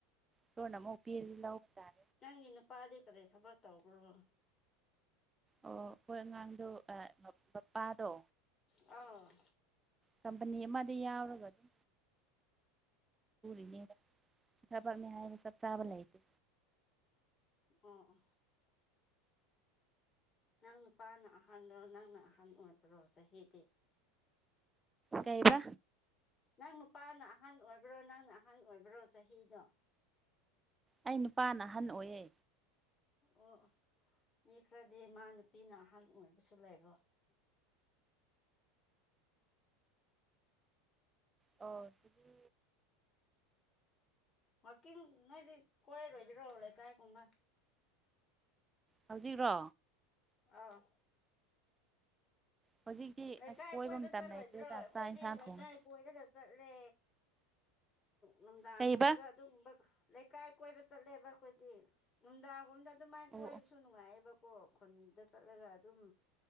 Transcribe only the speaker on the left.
ꯅꯪꯒꯤ ꯅꯨꯄꯥꯗꯤ ꯀꯔꯤ ꯊꯕꯛ ꯇꯧꯕ꯭ꯔꯣ
ꯑꯥꯎ ꯑꯣ
ꯎ ꯅꯪ ꯅꯨꯄꯥꯅ ꯑꯍꯥꯟꯕꯣ ꯅꯪꯅ ꯑꯍꯟ ꯑꯣꯏꯕ꯭ꯔꯣ ꯆꯍꯤꯗꯤ
ꯅꯪ ꯅꯨꯄꯥꯅ ꯑꯍꯟ ꯑꯣꯏꯕ꯭ꯔꯣ ꯅꯪꯅ ꯑꯍꯟ ꯑꯣꯏꯕ꯭ꯔꯣ ꯆꯍꯤꯗꯣ
ꯑꯣ ꯃꯤ ꯈꯔꯗꯤ ꯃꯥ ꯅꯨꯄꯤꯅ ꯑꯍꯟ ꯑꯣꯏꯕꯁꯨ ꯂꯩꯕꯣ
ꯋꯥꯀꯤꯡ ꯅꯣꯏꯗꯤ ꯀꯣꯏꯔꯣꯏꯗꯔꯣ ꯂꯩ ꯀꯥꯏ ꯀꯨꯝꯕ
ꯑꯥ
ꯂꯩꯀꯥꯏ
ꯀꯣꯏꯕ
ꯆꯠꯂꯣꯏꯗ꯭ꯔꯣ
ꯑꯩꯈꯣꯏꯗꯤ
ꯂꯩꯀꯥꯏ
ꯀꯣꯏꯔꯒ ꯆꯠꯂꯦ ꯅꯨꯡꯗꯥꯡꯒꯨꯝꯕꯗ
ꯑꯗꯨꯒꯨꯝꯕ ꯂꯩꯀꯥꯏ ꯀꯣꯏꯕ ꯆꯠꯂꯦꯕ ꯑꯩꯈꯣꯏꯗꯤ ꯅꯨꯡꯗꯥꯡꯒꯨꯝꯝꯗ ꯑꯗꯨꯃꯥꯏꯅ
ꯀꯣꯏꯕꯁꯨ ꯅꯨꯡꯉꯥꯏꯌꯦꯕ ꯀꯣ ꯈꯨꯟꯗ ꯆꯠꯂꯒ ꯑꯗꯨꯝ